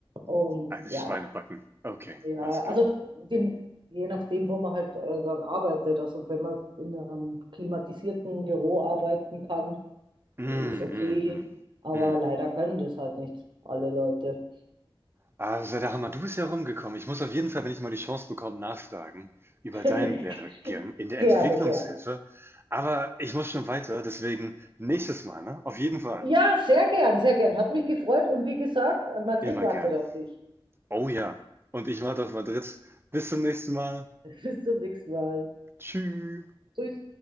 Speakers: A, on the right; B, on the right.
A: Und
B: Also
A: ja,
B: Schweinebacken. Okay,
A: ja,
B: alles klar.
A: also dem, je nachdem, wo man halt äh, dann arbeitet. Also wenn man in einem klimatisierten Büro arbeiten kann,
B: Mm,
A: ist okay.
B: mm, mm,
A: Aber
B: mm,
A: leider
B: mm.
A: können das halt nicht alle Leute.
B: Also, da Hammer, du bist ja rumgekommen. Ich muss auf jeden Fall, wenn ich mal die Chance bekomme, nachfragen über deinen
A: <laughs>
B: Werdegang in der
A: Gerne,
B: Entwicklungshilfe.
A: gerne.
B: Aber ich muss schon weiter, deswegen nächstes Mal, ne? Auf jeden Fall.
A: Ja, sehr gern, sehr gern. Hat mich gefreut und wie gesagt, Madrid
B: Immer
A: wartet
B: gerne.
A: auf dich.
B: Oh ja. Und ich warte auf Madrid. Bis zum nächsten Mal.
A: <laughs> Bis zum nächsten Mal.
B: Tschüss.
A: Tschüss.